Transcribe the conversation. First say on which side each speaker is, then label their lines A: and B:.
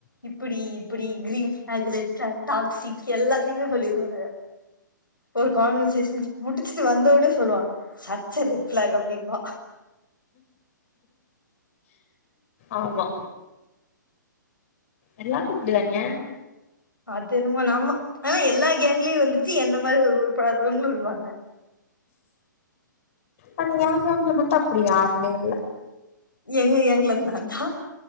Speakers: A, on the left; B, on the left.
A: இப்டி இப்டி green flag red flag toxic எல்லா எல்லாத்தயுமே சொல்லிருவானுங்க. ஒரு கான்வர்சேஷன் முடிச்சிட்டு வந்தவுடனே சொல்லுவாங்க சச்ச ரெட் ஃபிளாக் முடியுமா
B: ஆமா எல்லாரு இப்டிதாங்க
A: அது என்னமோ நம்ம ஆ எல்லா கேங்க்லயு வந்துட்டு என்ன நம்ம மாரி ஒரு உருப்படாதவங்களு இருப்பாங்க
B: ஆனா ஏ கேங்ல மட்டு அப்டி யாருமே இல்ல
A: எங்க எங்களது நா தா